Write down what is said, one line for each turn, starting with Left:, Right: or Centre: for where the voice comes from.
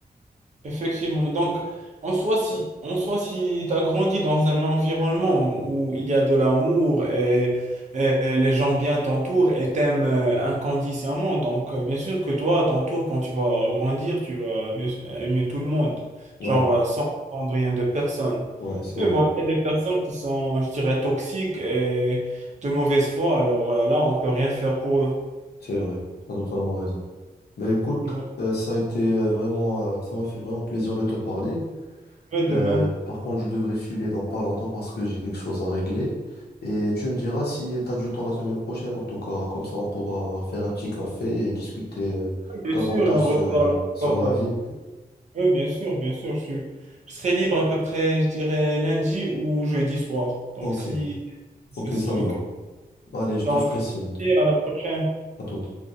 Right: Effectivement. Donc, en soi, si, en soi, si tu as grandi dans un environnement où il y a de l'amour et, et les gens bien t'entourent et t'aiment euh, inconditionnellement, donc euh, bien sûr que toi, à ton tour, quand tu vas grandir, tu vas bien sûr aimer tout le monde, genre
Left: Ouais,
Right: euh, sans attendre rien de personne.
Left: ouais, c'est
Right: Mais
Left: vrai,
Right: bon, il y a des personnes qui sont, je dirais, toxiques et de mauvaise foi, alors euh, là, on peut rien faire pour eux.
Left: c'est vrai. Tu as totalement raison. Ben écoute,
Right: Ouais,
Left: euh, ça a été euh, vraiment, euh, ça m'a fait vraiment plaisir de te parler.
Right: Ouais, de
Left: Euh,
Right: même.
Left: par contre, je devrais filer dans pas longtemps parce que j'ai quelque chose à régler. Et tu me diras si tu as du temps la semaine prochaine. En tout cas, comme ça, on pourra faire un petit café et discuter euh,
Right: Bien
Left: davantage
Right: sûr, et on reparle
Left: sur, euh, sur
Right: encore.
Left: la
Right: euh,
Left: vie.
Right: Oui, bien sûr, bien sûr. Je suis... je serai libre à peu près, je dirais, lundi ou jeudi soir. Donc,
Left: Ok,
Right: si...
Left: ok,
Right: Christine,
Left: ça me
Right: ok.
Left: va. Allez, je te
Right: Donc,
Left: ferai signe.
Right: à la prochaine.
Left: À toute.